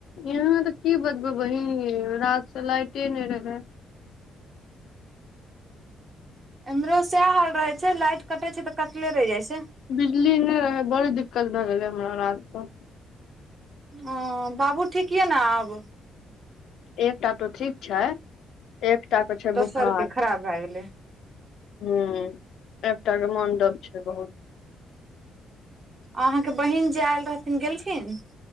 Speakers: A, on the left; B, on the right.
A: यहाँ तऽ की बतबै बहीन रातसँ लाइटे नहि रहै
B: इमहरो सएह हाल रहे छै लाइट कटे छै तऽ कटले रहि जाइ छै
A: बिजली नहि रहै बड़ दिक्कत भए गेलै हमरा रातमे
B: ओ बाबू ठीक यए न आब
A: एकटा तऽ ठीक छै एकटाके छै
B: दोसर
A: बुखार
B: के खराब भए गेलै
A: हु एकटाके मन दब छै बहुत
B: अहाँके बहिन जे आयल रहथिन गेलखिन